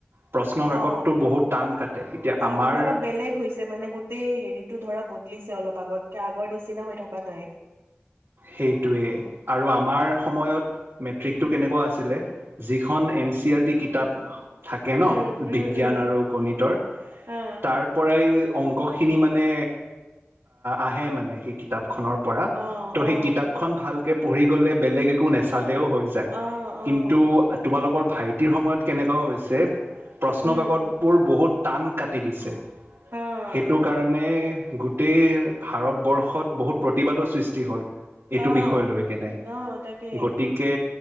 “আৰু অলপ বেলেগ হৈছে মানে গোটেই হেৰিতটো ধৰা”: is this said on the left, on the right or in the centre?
Right